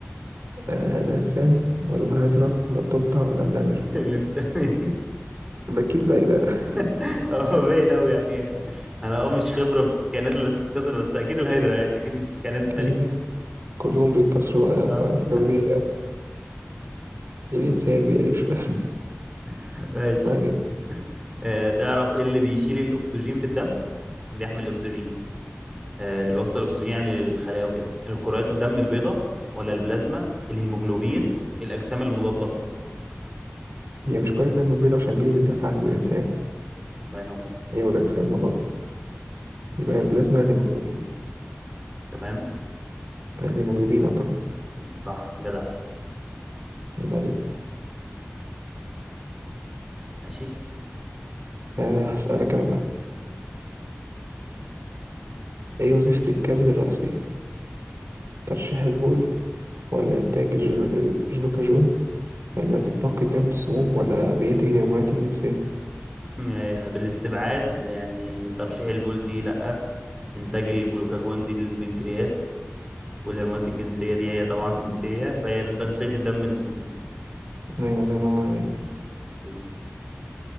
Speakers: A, on the right; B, on the right.
A: آه الإنسان ولا الهيدرا ولا الضفدع ولا النمر؟
B: الانساني
A: أكيد بقى إيه ده؟ <laughs>
B: <laughs> هو باين قوي يعني انا اه مش خبره في الكائنات اللي بتتكسر بس اكيد الهيدرا يعني اكيد مش الكائنات التانيه
A: أكيد ده. كلهم بيتكاثروا
B: اه
A: آه، صح، حاجة بديهية أوي إيه الإنسان دي يعني مش فاهم
B: <laughs> ماشي
A: <laughs> ما علينا
B: آه تعرف ايه اللي بيشيل الاكسجين في الدم بيحمل الاكسجين آه اللي بيوصل الاكسجين يعني للخلايا وكده الكريات الدم البيضاء ولا البلازما الهيموجلوبين الاجسام المضاده
A: هي مش كرة الدم البيضاء عشان دي اللي بتدافع عن الإنسان
B: الله ينور
A: هي والأجسام مضادة يبقى
B: مم،
A: البلازما الهيموجلوبين
B: تمام
A: الهيموجلوبين أعتقد
B: مم، صح جدع
A: يبقى عليك
B: ماشي
A: أه هسألك أنا بقى إيه وظيفة الكبد الرئيسية؟ ترشيح البول ولا إنتاج الجلو- الجلوكاجون ولا بتنقي الدم للسموم ولا بينتج الهرمونات الجنسية؟
B: <laughs> آه، بالاستبعاد يعني ترشيح البول دي لا انتاج الجلوكاجون دي للبنكرياس والهرمونات الجنسية دي هي طبعا <laughs> مش هي فهي لتنقية الدم من السموم
A: أيوة الله ينور عليك
B: حبيبي.